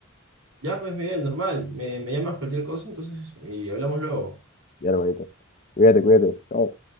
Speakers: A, on the right; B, on the left.
A: Ya, pues, Miguel, normal, me, me llamas cualquier cosa, entonces, y hablamos luego.
B: Ya, hermanito. Cuídate, cuídate. Chao.